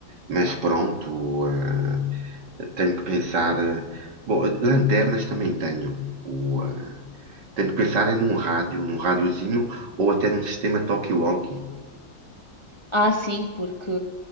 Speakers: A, on the right (about 65°); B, on the left (about 20°).
A: mas pronto, o, eh, tenho que pensar. eh, bom, lanternas também tenho. O, eh, tenho que pensar é num rádio, num rádiozinho ou até num sistema talkie-walkie.
B: Ah, sim, porque